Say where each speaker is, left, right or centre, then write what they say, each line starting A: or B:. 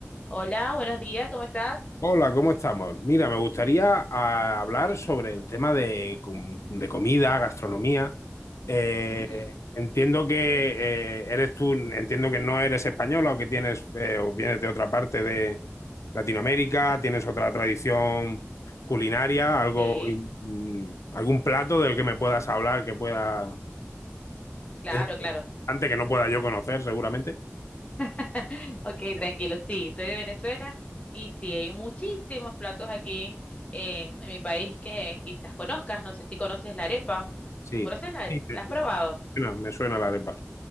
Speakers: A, on the left (about 25°); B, on the left (about 90°).
A: Hola, buenos días, ¿cómo estás?
B: Hola, ¿cómo estamos? Mira, me gustaría ah, hablar sobre el tema de, com- de comida, gastronomía. Eh,
A: Ujú,
B: entiendo que eh, eres tú, entiendo que no eres española o que tienes eh, o vienes de otra parte de Latinoamérica, tienes otra tradición culinaria, algo,
A: Sí,
B: mm, algún plato del que me puedas hablar que pueda,
A: claro,
B: eh,
A: claro.
B: antes que no pueda yo conocer, seguramente.
A: <laughs> Ok, tranquilo, sí, soy de Venezuela y sí, hay muchísimos platos aquí en, en mi país que quizás conozcas, no sé si conoces la arepa.
B: Sí.
A: ¿Conoces la arepa?
B: Sí, me
A: ¿La
B: me
A: has probado?
B: suena, me suena la arepa.